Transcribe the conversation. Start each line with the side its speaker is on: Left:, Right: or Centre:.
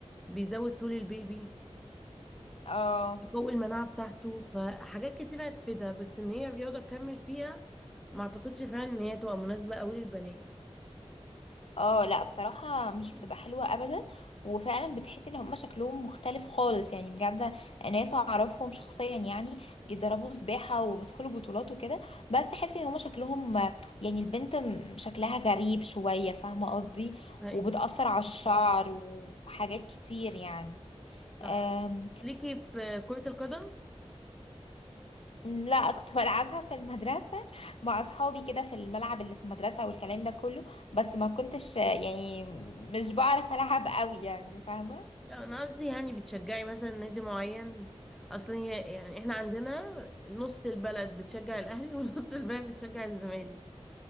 Centre: بيزود طول البيبي
Left: اه
Centre: بيقوي المناعة بتاعته فحاجات كتير هتفيدها بس ان هي رياضة تكمل فيها ما اعتقدش فعلا ان هي تبقى مناسبة قوي للبنات
Left: اه لا بصراحة مش
Centre: مم.
Left: بتبقى حلوة ابدا وفعلا بتحس ان هما شكلهم مختلف خالص يعني بجد ناس اعرفهم شخصيا يعني بيتدربوا سباحة وبيدخلوا بطولات وكده بس تحس ان هما شكلهم يعني البنت م- شكلها غريب شوية فاهمة قصدي
Centre: ايوه
Left: وبتأثر على الشعر وحاجات كتير
Centre: صح
Left: يعني
Centre: ليكي في كرة القدم
Left: م، لا كنت بلعبها في المدرسة مع أصحابي كده في الملعب اللي في المدرسة والكلام ده كله بس ما كنتش آه، يعني مش بعرف ألعب قوي يعني فاهمة
Centre: لا، انا قصدي يعني بتشجعي مثلا نادي معين اصلا هي يعني احنا عندنا نص البلد بتشجع الاهلي <laughs> ونص البلد بتشجع الزمالك